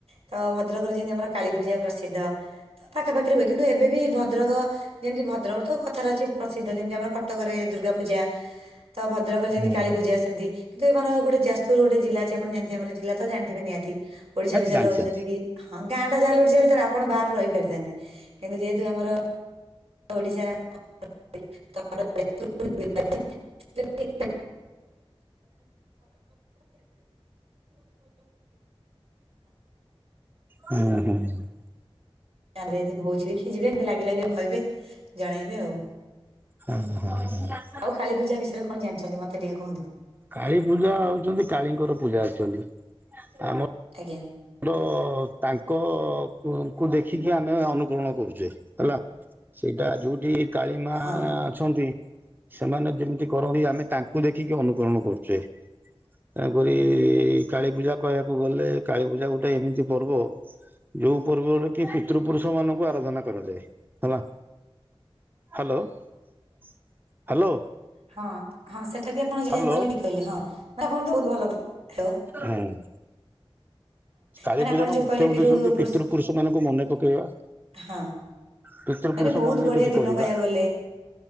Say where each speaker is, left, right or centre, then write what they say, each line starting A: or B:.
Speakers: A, on the right; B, on the right.
A: ତ ଭଦ୍ରକରେ ଯେମିତି ଆମର କାଳୀପୂଜା ପ୍ରସିଦ୍ଧ ତ ପାଖାପାଖି ରୁହେ କିନ୍ତୁ ଏବେ ବି ଭଦ୍ରକ ଯେମିତି ଭଦ୍ରକରେ ତ କଥାରେ ଅଛି ପ୍ରସିଦ୍ଧ ଯେମିତି ଆମର କଟକରେ ଦୁର୍ଗା ପୂଜା। ତ ଭଦ୍ରକ ଯେମିତି
B: ଜାଣିଛି
A: କାଳୀ ପୂଜା ସେମିତି। କିନ୍ତୁ ଏମାର ଗୋଟେ ଯାଜପୁର ଗୋଟେ ଜିଲ୍ଲା ଅଛି ଜାଣିଥିବେ ଆମ ଜିଲ୍ଲା ତ ଜାଣିଥିବେ ନିହାତି ଓଡିଶା ବିଷୟରେ
B: ଜାଣିଛି ଜାଣିଛି।
A: ରହୁଛନ୍ତି କି? ହଁ ଗାଁ ଯାହାଲେ ଓଡିଶା ଭିତରେ ଆପଣ ବାହାରୁ ରହିପାରିଥାନ୍ତି କିନ୍ତୁ ଯେହେତୁ ଆମର ଓଡ଼ିଶା <unintelligible>
B: ହଁ ହୁଁ ହୁଁ।
A: <unintelligible> ଦେଖିକି ଯିବେ ଲାଗିଲାକି କହିବେ ଜଣେଇବେ ଆଉ।
B: ଉଁ ହୁଁ।
A: ଆଉ କାଳୀ ପୂଜା ବିଷୟ କଣ ଜାଣିଛନ୍ତି ମତେ ଟିକେ କୁହନ୍ତୁ।
B: କାଳୀ ପୂଜା ହଉଚନ୍ତି କାଳୀଙ୍କର ପୂଜା ଅଛନ୍ତି ଆମ
A: ଆଜ୍ଞା।
B: ର ତାଙ୍କ କୁ ଙ୍କୁ ଦେଖିକି ଆମେ ଅନୁକରଣ କରୁଛେ ହେଲା। ସେଇଟା ଯଉଠି କାଳିମା
A: ହଁ
B: ଛନ୍ତି ସେମାନେ ଯେମିତି କରନ୍ତି ଆମେ ତାଙ୍କୁ ଦେଖିକି ଅନୁକରଣ କରୁଛେ। ତେଣୁ କରି କାଳୀ ପୂଜା କହିବାକୁ ଗଲେ କାଳୀ ପୂଜା ଗୋଟେ ଏମିତି ପର୍ବ ଯୋଉ ପର୍ବ ରେ କି ପିତୃ ପୁରୁଷ ମାନଙ୍କୁ ଆରାଧନା କରାଯାଏ ହେଲା। Hello hello.
A: ହଁ ହଁ ସେଟା ବି ଆପଣ ଯିଯା
B: ହ୍ୟାଲୋ
A: କହିଲେ ଠିକ କହିଲେ ହଁ ଆପଣ ତ ବହୁତ ଭଲ କ ହାଲୋ।
B: ହୁଁ। କାଳୀ
A: ମାନେ ଆପଣ
B: ପୂଜାର
A: ଯୋଉ
B: ମୁଖ୍ୟ
A: କହିଲେ
B: ଉଦ୍ଦେଶ୍ୟ
A: ପିରୁ
B: ହଉଛି
A: ପୃଷ୍
B: ପିତୃପୁରୁଷ ମାନଙ୍କୁ ମନେ ପକେଇବା।
A: ହଁ
B: ପିତୃପୁରୁଷ
A: ମାନେ ବହୁତ
B: ପାଇଁ
A: ବଢିଆ
B: କିଛି
A: ଦିନ
B: କରିବା।
A: କହିବାକୁ ଗଲେ।